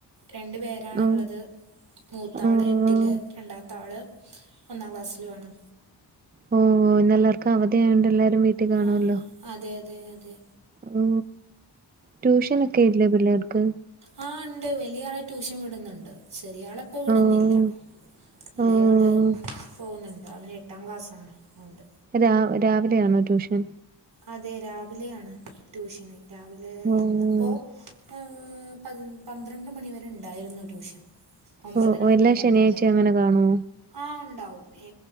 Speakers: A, on the right (about 75°); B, on the right (about 25°).
A: രണ്ടു പേരാണ്ള്ളത്.
B: ഓഹ്
A: മൂത്താള്
B: ഓഹ്
A: എട്ടില് രണ്ടാത്താള് ഒന്നാ ക്ലാസ്സിലാണ്.
B: ഓ ഇന്ന് എല്ലാർക്കും അവധിയോണ്ട് എല്ലാരും വീട്ടിൽ കാണോല്ലോ
A: ആഹ് അതെ അതെ അതെ
B: ഓ ട്യൂഷനെക്കെ ഇല്ലേ പിള്ളേർക്ക്.
A: ആ ഇണ്ട് വലിയ ആളെ ട്യൂഷൻ വിടുന്നുണ്ട്. ചെറിയാളെ ഇപ്പ വിടുന്നില്ല
B: ഓഹ്
A: വലിയ
B: ഓഹ്
A: ആള് പോകുന്നുണ്ട് അവന് എ എട്ടാം ക്ലാസ്സാണ് ഉണ്ട്.
B: ര രാവിലെ ആണോ ട്യൂഷൻ.
A: അതെ രാവിലെയാണ് ട്യൂഷന് രാവിലെ
B: ഓഹ്
A: ഇന്ന്പ്പോ പ് പന്ത്രണ്ട് മണിവരെ ഇണ്ടായിരുന്നു ടൂഷൻ. ഒമ്പതര
B: ഓഹ് ഓഹ്
A: മുതല്
B: എല്ലാ
A: പന്ത്രണ്ട.
B: ശനിയാഴ്ചയും അങ്ങനെ കാണോ
A: ആഹ് ഉണ്ടാവും ഏ